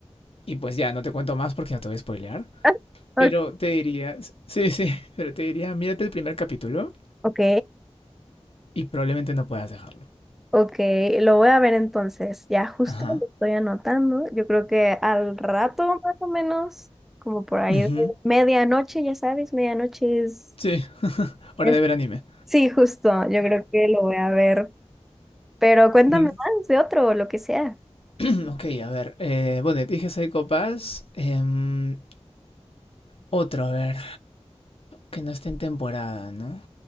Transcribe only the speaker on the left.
y pues ya no te cuento más porque no te voy a spoilear,
pero
te diría, sí, sí, <laughs> pero te diría, mírate el primer capítulo
y probablemente no puedas dejarlo.
Ajá.
Ujú.
Sí, hora
de ver anime.
Mm,
<clears throat> Ok, a ver. eh, bueno, te dije Psycho Pass. em, otro, a ver. Que no esté en temporada, ¿no?